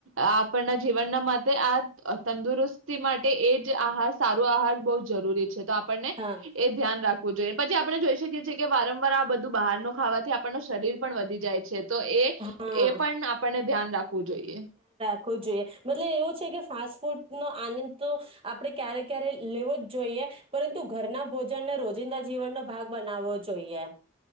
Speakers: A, on the right; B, on the right.
A: આપ પના જીવનના માટે આ અ તંદુરસ્તી માટે એ જ આહાસ સારું આહાર બવ જરૂરી છે તો આપણને
B: હા
A: એ ધ્યાન રાખ જોઈએ પછી આપણે જોઈ શકીએ છીએ કે વારંવાર આ બધું બહાર નું ખાવાથી આપણનો શરીર પણ વધી જાય છે તો એ
B: હા
A: એ પણ આપણને ધ્યાન રાખવું જોઈએ.
B: ખવુ જોઈએ મતલબ એવું છે કે ફાસ્ટ ફૂડ નો આનંદ તો આપણે ક્યારે-ક્યારે લેવો જ જોઈએ પરંતુ ઘરના ભોજનને રોજિંદા જીવનનો ભાગ બનાવવો જોઈએ.